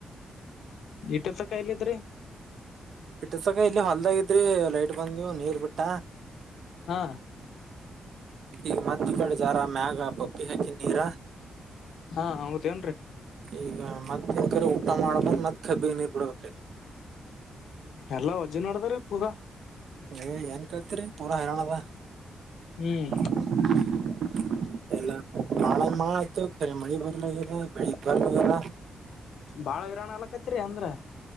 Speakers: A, on the left; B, on the right.
A: ಇಟತ್ತ ಕಾಯಲ ಇದ್ರಿ
B: ಬಿಟ್ಟಸಕ ಇಲ್ಲಿ ಹೊಲ್ದಾಗಿದ್ರಿ ಲೈಟ್ ಬಂದವು ನೀರ್ ಬಿಟ್ಟ
A: ಹಾ
B: ಈಗ ಮದ ಕಡೆ ಜಾರ ಮ್ಯಾಗ ಪಪ್ಪಿ ಹಾಕಿದ ನೀರ
A: ಹಾ ಹೌದೇಏನ್ರರಿ
B: ಈಗ ಮತ್ತ ಯಕ್ರ ಊಟ ಮಾಡಬಂದ್ ಮತ್ ಕಬ್ಬಿ ನೀರ್ ಬಿಡಬೇಕೆ
A: ಎಲ್ಲ ವಜ್ಜೆ ನೋಡ್ದ್ರ ಪೂರಾ
B: ಏ ಏನ್ ಕಳ್ತರಿ ಪೂರಾ ಹರೋಣದ
A: ಹ್ಮ್
B: <inaudible> ಎಲ್ಲ ಮಾಳೆ ಮಾಳ ಆಯತು ಕಖರಿ ಮಳಿ ಬರ್ಲಲ್ಲ ಬೆಳಿಗ್ ಬರ್ಲಲ್ಲ
A: ಬಾಳ ಗಿರರಣ ಆಲಕೈತ್ರಿ ಅಂದ್ರ